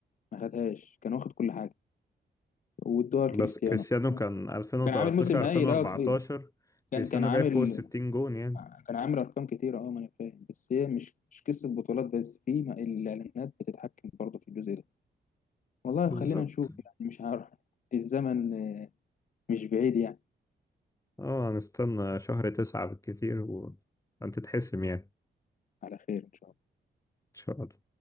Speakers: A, on the left (about 45°); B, on the left (about 20°).
A: ما خدهاش كان واخد كل حاجة والدول
B: بس
A: كريستيانو
B: كريستيانو كان 2013
A: كان عامل موسم هايل
B: 2014
A: اه إيه. كان
B: كريستيانو
A: كان عامل
B: جاي فوق ال 60 جون يعني
A: كان عامل ارقام كتيرة اه ما انا فاهم بس هي مش مش قصة بطولات بس في ما- الاعلانات بتتحكم برضه في الجزء ده والله
B: بالظبط
A: خلينا نشوف يعني مش عارف الزمن مش بعيد يعني
B: اه هنستنى شهر تسعة بالكثير وانت تتحسم يعني ان
A: على خير إن شاء الله
B: شاء الله